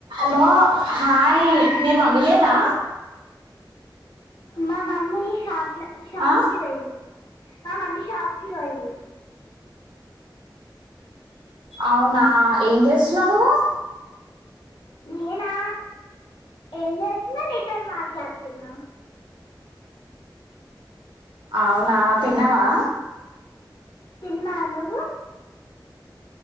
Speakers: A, on the right; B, on the left.
A: Hello hi మీ mummy లేదా
B: మా మమ్మీ షాప్ లో షాప్
A: ఆ
B: కి పొయింది ఆ మమ్మీ షాప్ కీ పోయింది
A: అవునా ఏం చేస్తున్నావ్ నువ్వు
B: నేనా ఏం చేస్తున్న నీతో మాట్లాడుతున్నా
A: అవునా తిన్నావా
B: తిన్నా నువ్వు